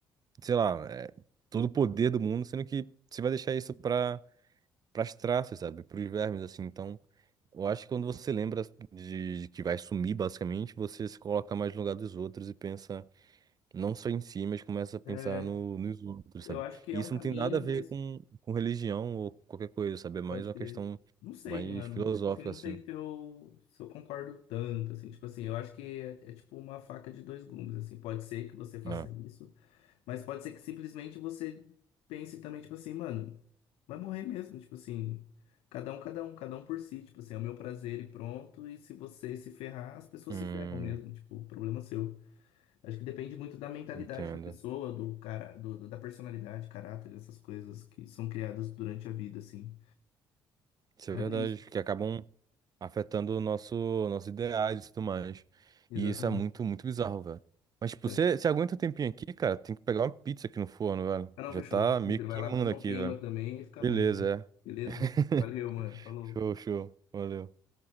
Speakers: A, on the right; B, on the left.
A: sei lá, é, todo o poder do mundo, sendo que você vai deixar isso pra para as traças, sabe? Para os vermes, assim. Então, eu acho que quando você lembra de, de que vai sumir, basicamente, você se coloca mais no lugar dos outros e pensa não só em si, mas começa a pensar
B: É,
A: no, nos outros,
B: eu
A: sabe?
B: acho que
A: E
B: é
A: isso
B: um caminho,
A: não tem nada a ver
B: mas
A: com, com religião ou qualquer coisa, sabe? É mais
B: pode
A: uma
B: crer.
A: questão
B: Não sei,
A: mais
B: mano.
A: filosófica,
B: Tipo assim, não
A: assim.
B: sei que eu, se eu concordo tanto, assim. Tipo assim, eu acho que é, é tipo uma faca de dois gumes, assim. Pode ser que você faça
A: Ah,
B: isso, mas pode ser que simplesmente você pense também, tipo assim, mano, vai morrer mesmo. Tipo assim, cada um, cada um, cada um por si. Tipo assim, é o meu prazer e pronto. E se você se ferrar, as pessoas
A: hum,
B: se ferram mesmo. Tipo, problema é seu. Acho que depende muito da mentalidade
A: entendo.
B: da pessoa, do cara, do, do- da personalidade, caráter, essas coisas que são criadas durante a vida, assim.
A: Isso
B: Mas
A: é verdade,
B: é isso,
A: que acabam. afetando o nosso, nossos ideais e tudo mais.
B: exatamente.
A: E isso é muito, muito bizarro, velho. Mas, tipo,
B: Certo.
A: você você aguenta um tempinho aqui, cara, tem que pegar uma pizza aqui no forno, velho.
B: Ah, não,
A: Já
B: fechou.
A: tá
B: Tranquilo,
A: meio queimando
B: Vai lá, porque senão
A: aqui,
B: queima
A: velho.
B: também e fica
A: Beleza,
B: ruim. Beleza?
A: é. <laughs>
B: Valeu, mano. Falou.
A: Show, show. Valeu.